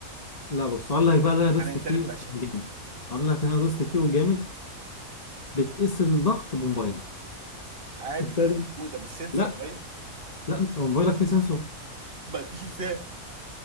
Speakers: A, on the left; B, on the right.
A: لا بص اقول لك بقى اللي انا دوست
B: عن الانسان
A: فيه
B: البشري
A: وكان جامد اقول لك انا دوست فيه وجامد بتقيس الضغط بموبايلك
B: عادي
A: ابتدى
B: موجوده بالسنسور
A: لا
B: ايوه
A: لا هو موبايلك فيه سنسور
B: ما تيجي ازاي